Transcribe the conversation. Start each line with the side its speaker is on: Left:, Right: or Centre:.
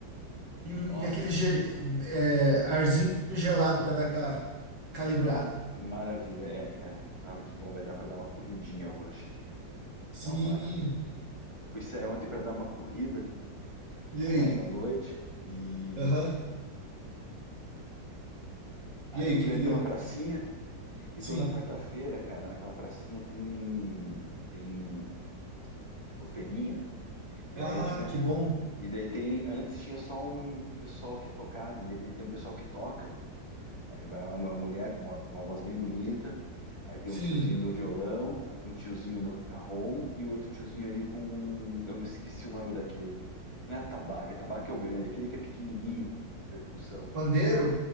Right: e,
Left: Nossa,
Right: e aquele ge- é, arzinho gelado para dar aquela calibrada.
Left: aqui, maravilha, é, cara. Ah, que bom, vai dar pra dar uma corridinha hoje.
Right: Sim.
Left: Dar uma. Eu fui sair ontem pra dar uma corrida,
Right: E
Left: a
Right: aí?
Left: mais à noite, e.
Right: Aham.
Left: Aí
Right: E aí,
Left: eu fui
Right: o que que
Left: ali
Right: deu?
Left: numa pracinha, e
Right: Sim.
Left: toda quarta-feira, cara, naquela pracinha tem. Tem. Tipo, feirinha. E
Right: Ah,
Left: aí antiga-
Right: que bom.
Left: e daí tem, antes tinha só um pessoal que tocava, daí tem, tem um pessoal que toca. ali. Aí vai lá uma mulher com uma, com uma voz bem bonita, aí tem
Right: Sim.
Left: um tiozinho no violão, um tiozinho no carrom e outro tiozinho ali com, eu me esqueci o nome daquele, não é atabaque, atabaque é o grande, aquele que é pequenininho, percussão.
Right: Pandeiro?